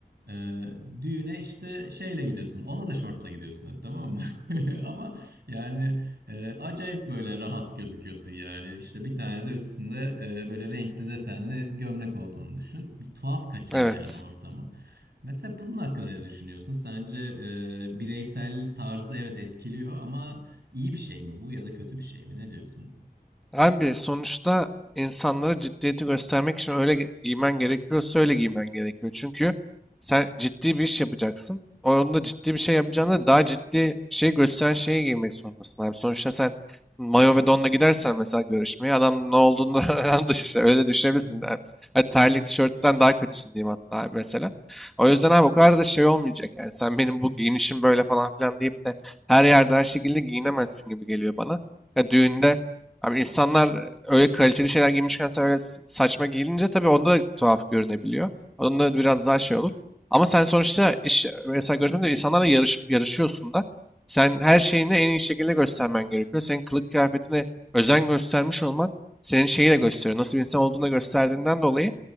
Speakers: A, on the right; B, in the centre.
A: Ee, düğüne işte şeyle gidiyorsun. Ona da şortla gidiyorsun hadi tamam mı? <laughs> Ama yani e, acayip böyle rahat gözüküyorsun yani. İşte bir tane de üstünde e, böyle renkli desenli gömlek olduğunu düşün. Bir tuhaf kaçar
B: Evet.
A: yani ortamı. Mesela bunun hakkında ne düşünüyorsun? Sence e, bireysel tarzı evet etkiliyor ama iyi bir şey mi bu ya da kötü bir şey mi? Ne diyorsun?
B: Abi sonuçta insanlara ciddiyeti göstermek için öyle ge- giymen gerekiyorsa öyle giymen gerekiyor. Çünkü sen ciddi bir iş yapacaksın. Onda ciddi bir şey yapacağına daha ciddi bir şey gösteren şeyi giymek zorundasın abi. Sonuçta sen mayo ve donla gidersen mesela görüşmeye adam ne olduğunu <laughs> yanlış işte öyle düşünebilirsin
A: Hı hı.
B: abi. Hadi terlik tişörtten daha kötüsün diyeyim hatta abi mesela. O yüzden abi o kadar da şey olmayacak yani sen benim bu giyinişim böyle falan filan deyip de her yerde her şekilde giyinemezsin gibi geliyor bana. Ya düğünde Abi insanlar e, öyle kaliteli şeyler giymişken sen öyle s- saçma giyilince tabii onda da tuhaf görünebiliyor. Onda da biraz daha şey olur. Ama sen sonuçta iş, mesela görüşmede insanlarla yarış, yarışıyorsun da sen her şeyini en iyi şekilde göstermen gerekiyor. Senin kılık kıyafetine özen göstermiş olman senin şeyi de gösteriyor. Nasıl bir insan olduğunu da gösterdiğinden dolayı